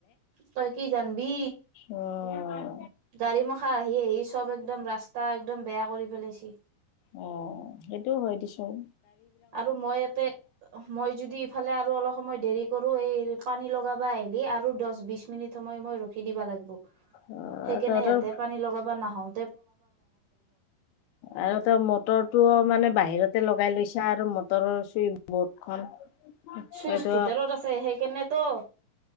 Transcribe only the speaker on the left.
উম।
অ' সেইটো হয় দিছোন।
অ',
তহঁতৰ
আৰু তেওঁ মটৰটো মানে বাহিৰত ততে লগাই লৈছা আৰু মটৰৰ চুইচ বৰ্ডখন
সেইটো